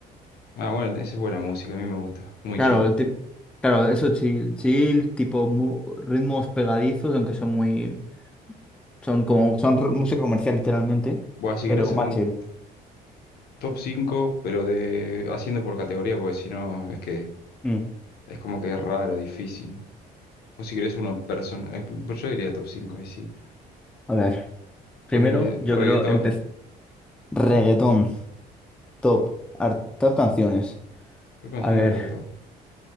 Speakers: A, on the left; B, in the centre.
A: Ah, bueno, esa es buena música, a mí me gusta. Muy
B: Claro,
A: chill.
B: el tip- claro, eso chill, chill, tipo mu- ritmos pegadizos, aunque son muy. Son como. Son r- música comercial, literalmente.
A: Bueno, si
B: Pero
A: querés hacer
B: más
A: un
B: chill.
A: top 5, pero de haciendo por categoría, porque si no es que
B: Mm.
A: es como que es raro, difícil. O si querés uno personal. eh, pues Yo diría top 5 y sí.
B: A ver. Primero,
A: Ponele
B: yo
A: reggaetón.
B: creo empezar. Reggaetón. Top. ar- top canciones.
A: ¿Qué canción
B: A ver.
A: es reggaetón?